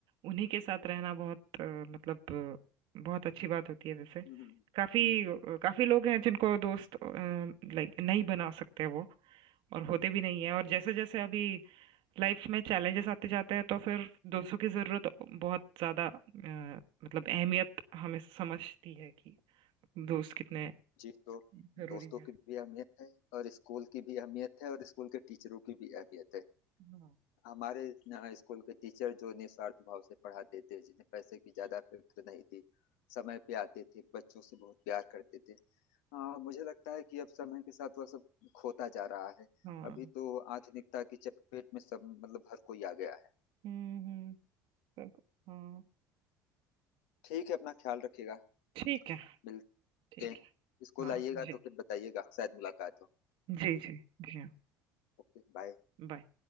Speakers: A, on the right; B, on the left.
A: उन्हीं के साथ रहना बहुत अ, मतलब अ, बहुत अच्छी बात होती है वैसे
B: हम्म, हम्म।
A: काफी काफी लोग हैं जिनको दोस्त लाइक नहीं बना सकते वो और होते भी नहीं है और जैसे जैसे अभी लाइफ में चैलेंजेस आते जाते हैं तो फिर दोस्तों की जरूरत बहुत ज्यादा अ, मतलब अहमियत हमें समझती है कि दोस्त कितने
B: जी तो
A: जरूरी
B: दोस्तों
A: है
B: की भी अहमियत है और स्कूल की भी अहमियत है और स्कूल के टीचरों की भी अहमियत है
A: हाँ
B: हमारे न- स्कूल के टीचर जो निस्वार्थ भाव से पढ़ाते थे जिन्हें पैसे की ज्यादा फिक्र नहीं थी समय पे आते थे बच्चों से बहुत प्यार करते थे हाँ मुझे लगता है कि अब समय के साथ वह सब खोता जा रहा है
A: हाँ
B: अभी तो आधुनिकता की चपेट में सब मतलब हर कोई आ गया है
A: हम्म हम्म, सब हाँ
B: ठीक है अपना ख्याल रखिएगा
A: ठीक है
B: मिलते
A: ठीक
B: हैं
A: है
B: स्कूल
A: हाँ
B: आइएगा
A: जी
B: तो फिर बताइएगा शायद मुलाकात हो
A: जी जी जी हाँ,
B: Okay bye
A: बाय